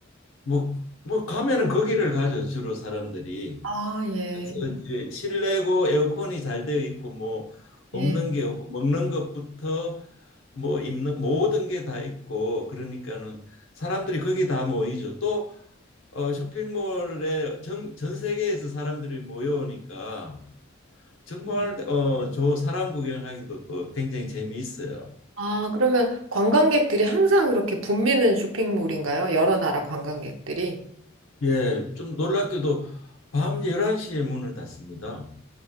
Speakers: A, on the left; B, on the right.
A: 뭐, 뭐 가면은 거기를 가죠 주로 사람들이.
B: 아, 예.
A: 그래서 이제 실내고 에어컨이 잘 되어 있고 뭐 없는
B: 예.
A: 게 없고 먹는 것부터 뭐 입는 모든 게 다 있고 그러니까는 사람들이 거기 다 모이죠. 또 어, 쇼핑몰에 전, 전 세계에서 사람들이 모여오니까 정말
B: 예.
A: 어, 저 사람 구경하기도 또 굉장히 재미있어요.
B: 아, 그러면 관광객들이 항상 그렇게 붐비는 쇼핑몰인가요? 여러 나라 관광객들이?
A: 예, 좀 놀랍게도 밤 11시에 문을 닫습니다.